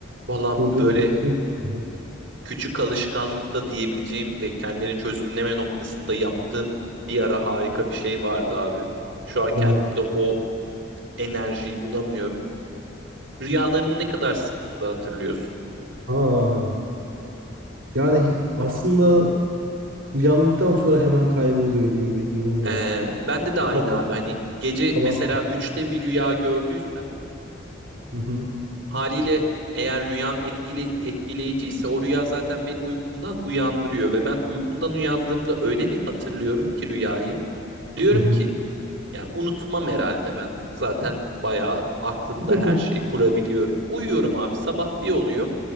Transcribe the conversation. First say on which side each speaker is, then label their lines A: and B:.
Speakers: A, on the right; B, on the right.
A: Valla
B: Durduğun
A: böyle
B: yer için de iyi.
A: küçük alışkanlık da diyebileceğim ve kendini çözümleme noktasında yaptığım bir ara harika bir şey vardı abi. Şu an kendimde
B: ne yapayım?
A: o enerjiyi bulamıyorum. Rüyalarını ne kadar sıklıkla hatırlıyorsun?
B: Aa, yani hi- aslında uyandıktan sonra hemen kayboluyor gibi bir durum
A: Ee,
B: var.
A: bende de aynı
B: Sabah
A: abi. Hani gece
B: sabah.
A: mesela üçte bir rüya gördüysem
B: Hı hı,
A: Haliyle eğer rüyam etkile, etkileyiciyse o rüya zaten beni uykumdan uyandırıyor ve ben uykumdan uyandığımda öyle bir hatırlıyorum ki rüyayı. Diyorum
B: hı hı.
A: ki yani unutmam herhalde ben zaten bayağı aklımda
B: <laughs>
A: her şeyi kurabiliyorum. Uyuyorum abi sabah bir oluyor